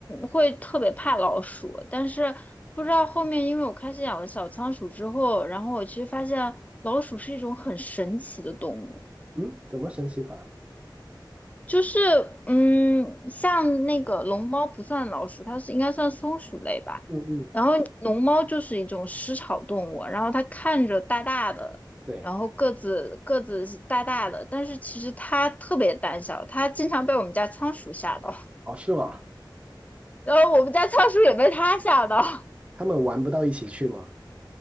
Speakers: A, on the left; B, on the right.
A: 会特别怕老鼠，但是不知道后面，因为我开始养了小仓鼠之后，然后我其实发现老鼠是一种很神奇的动物，
B: 嗯，怎么神奇法？
A: 就是嗯，像那个龙猫不算老鼠，它是应该算松鼠类吧。
B: 嗯嗯，
A: 然后龙猫就是一种食草动物，然后它看着大大的，
B: 对，
A: 然后个子个子是大大的，但是其实它特别胆小，它经常被我们家仓鼠吓到。
B: 哦是吗？
A: 然后我们家仓鼠也被他吓到。
B: 他们玩不到一起去吗？